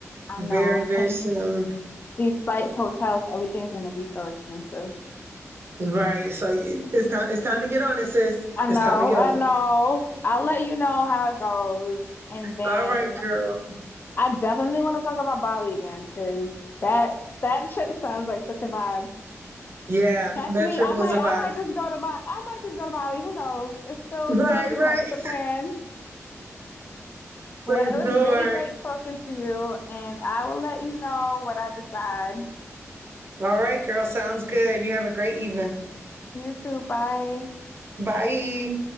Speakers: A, on the left; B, on the right.
A: I
B: very,
A: know.
B: very
A: And
B: soon.
A: these flights, hotels, everything's gonna be so expensive.
B: Right. So y- it's time it's time to get on it, sis.
A: I know,
B: It's time to get
A: I
B: on it.
A: know. I'll let you know how it goes. And then
B: All right, girl.
A: I definitely want to talk about Bali again because that that trip sounds like such a vibe.
B: Yeah,
A: Catch
B: that
A: me.
B: trip
A: I
B: was
A: might
B: a vibe.
A: I might just go to Bali. I might just go to Bali. Who knows? It's still
B: Right,
A: still a few
B: right.
A: months
B: <laughs>
A: to plan. Well,
B: for
A: it
B: sure.
A: was really great talking to you, and I will let you know what I decide.
B: All right, girl. Sounds good. You have a great evening.
A: You too. Bye.
B: Bye.